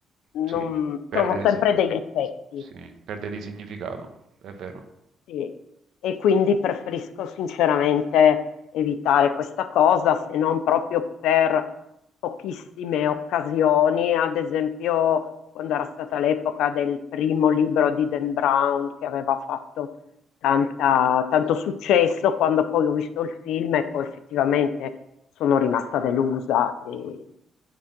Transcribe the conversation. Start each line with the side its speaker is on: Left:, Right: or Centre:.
Left: non-
Right: Sì, perde
Left: trovo
Right: di,
Left: sempre
Right: sign-
Left: dei difetti.
Right: sì, perde di significato, è vero.
Left: Sì, e quindi preferisco sinceramente evitare questa cosa, se non proprio per pochissime occasioni, ad esempio quando era stata l'epoca del primo libro di Dan Brown che aveva fatto tanta- tanto successo, quando poi ho visto il film e poi effettivamente sono rimasta delusa e,